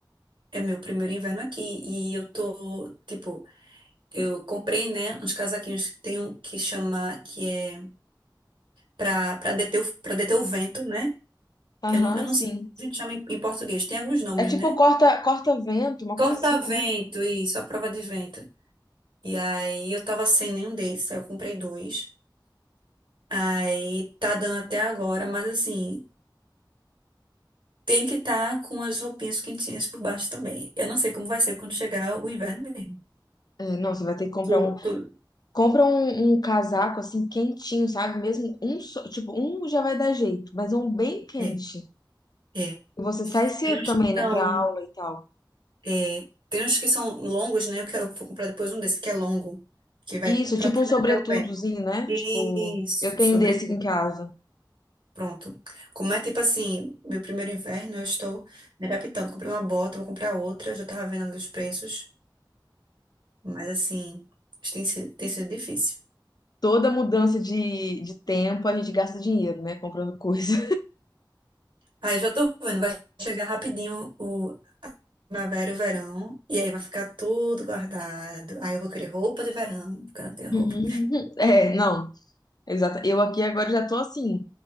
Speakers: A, on the right; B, on the left.
A: é meu primeiro inverno aqui e eu tô, tipo, Eu comprei, né, uns casaquinhos. que Tem um que chama, que é para para deter, o- pra deter o vento, né?
B: Aham,
A: Eu não, eu não
B: sim.
A: sei como a gente chama em, em português. Tem alguns nomes,
B: É tipo
A: né?
B: corta, corta-vento, uma
A: Corta-vento,
B: coisa assim, né?
A: isso, a prova de vento. E aí eu tava sem nenhum desses, aí eu comprei dois. Aí tá dando até agora, mas assim, tem que estar com as roupinhas quentinhas por baixo também. Eu não sei como vai ser quando chegar o inverno mesmo.
B: É, não, você vai ter que comprar
A: Tu,
B: um,
A: tu-
B: compra um, um casaco assim quentinho, sabe? Mesmo um, só- tipo, um já vai dar jeito, mas é um bem quente.
A: é, é.
B: Você sai cedo
A: Tem uns
B: também,
A: que
B: né,
A: são
B: pra aula e tal.
A: É, tem uns que são longos, né? Eu quero- vou comprar depois um desse que é longo, que vai
B: Isso,
A: pra
B: tipo
A: trás
B: um sobretudozinho,
A: até o pé.
B: né?
A: Isso,
B: Tipo, eu tenho
A: sobretudo.
B: desse aqui em casa.
A: Pronto. Como é tipo assim, meu primeiro inverno, eu estou me adaptando. Comprei uma bota, vou comprar outra, já tava vendo ali os preços, mas assim, isso tem sido, tem sido difícil.
B: Toda mudança de, de tempo a gente gasta dinheiro, né, comprando coisa.
A: Aí já tô vendo, vai chegar rapidinho o primavera e o verão, e aí vai ficar tudo guardado. Aí eu vou querer roupa de verão, porque eu não tenho roupa.
B: Uhum. É, não, exato. Eu aqui agora já tô assim,